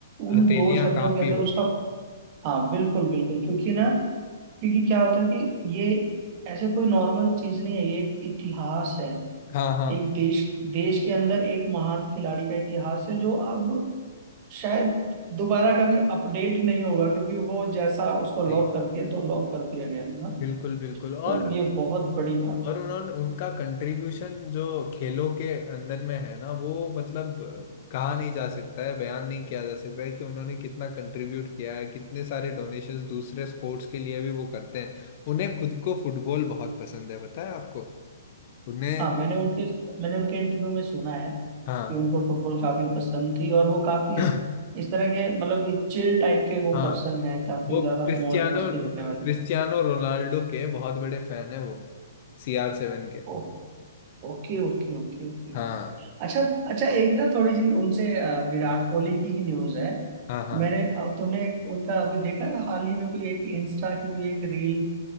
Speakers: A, on the right; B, on the left.
A: उन
B: हथेलियां
A: दो शब्दों
B: कांपी
A: के अंदर
B: होगी
A: उसका हाँ बिल्कुल बिल्कुल क्योंकि ना क्योंकि क्या होता है कि ये ऐसे कोई नॉर्मल चीज नहीं है ये एक इतिहास है
B: हाँ हाँ
A: एक देश देश के अंदर एक महान खिलाड़ी का इतिहास है जो अब शायद दोबारा कभी अपडेट नहीं होगा क्योंकि वो जैसा उसको लॉक
B: जी
A: कर दिया तो लॉक कर दिया गया ना
B: बिल्कुल बिल्कुल और
A: तो ये बहुत बड़ी बात
B: और
A: है
B: उन्होंने उनका कंट्रीब्यूशन जो खेलों के अंदर में है ना वो मतलब अ, कहा नहीं जा सकता है बयान नहीं किया जा सकता है कि उन्होंने कितना कंट्रीब्यूट किया है कितने सारे डोनेशंस दूसरे स्पोर्ट्स के लिए भी वो करते हैं उन्हें खुद को फुटबॉल बहुत पसंद है पता है आपको उन्हें
A: हाँ मैंने उनके मैंने उनके इंटरव्यू में सुना है
B: हाँ
A: कि उनको फुटबॉल काफी पसंद थी और वो काफी
B: <clears throat>
A: इस तरह के मतलब कि चिल टाइप के वो
B: हाँ
A: पर्सन है काफी
B: वो
A: ज्यादा
B: क्रिस्टियानो
A: मौज मस्ती करने वाले
B: क्रिस्टियानो रोनाल्डो के बहुत बड़े फैन है वो सीआर सेवन के
A: ओ- ओके ओके ओके ओके
B: हाँ
A: अच्छा अच्छा एक ना थोड़ी सी उनसे अ, विराट कोहली की ही न्यूज है
B: हाँ हाँ
A: मैंने अब तुमने एक- उनका अभी देखा है हाल ही में कोई एक इंस्टा की कोई एक रील